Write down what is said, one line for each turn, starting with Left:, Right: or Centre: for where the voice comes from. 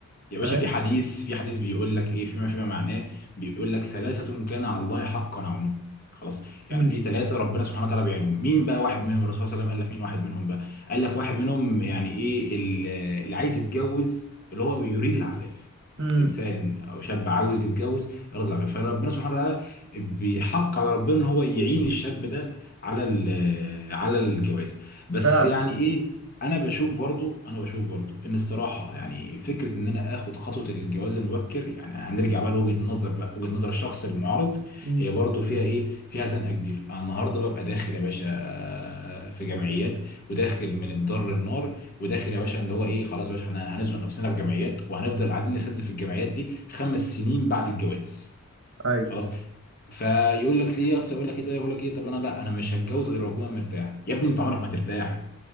Left: يا باشا
Right: فاهم
Left: في حديث في حديث بيقول لك ايه فيما فيما معناه بيقول لك ثلاثة كان على الله حقا عونه خلاص يعني
Right: امم
Left: في ثلاثة ربنا سبحانه وتعالى بيعينهم مين بقى واحد منهم الرسول صلى الله عليه وسلم قال لك مين واحد منهم بقى قال لك واحد منهم يعني ايه ال- اللي عايز يتجوز اللي هو يريد العفاف
Right: امم
Left: انسان او شاب عاوز يتجوز يريد العفاف فربنا سبحانه وتعالى بيحق على ربنا ان هو يعين الشاب ده على ال- على الجواز بس
Right: فعلا
Left: يعني إيه، انا بشوف برضو انا بشوف برضو ان الصراحه يعني فكره ان انا اخد خطوه الجواز المبكر يعني هنرجع بقى لوجهه النظر بقى وجهه نظر الشخص المعارض
Right: امم
Left: هي برضو فيها ايه فيها زنقه كبيره انا النهارده ببقى داخل يا باشا آه، في جمعيات وداخل من الدار للنار وداخل يا باشا اللي هو ايه خلاص يا باشا احنا هنزنق نفسنا في جمعيات وهنفضل قاعدين نسدد في الجمعيات دي خمس سنين بعد الجواز
Right: اي
Left: خلاص فيقول لك ليه اصل يقول لك ايه يقول لك ايه طب انا لا انا مش هتجوز غير لما اكون مرتاح يا ابني انت عمرك ما ترتاح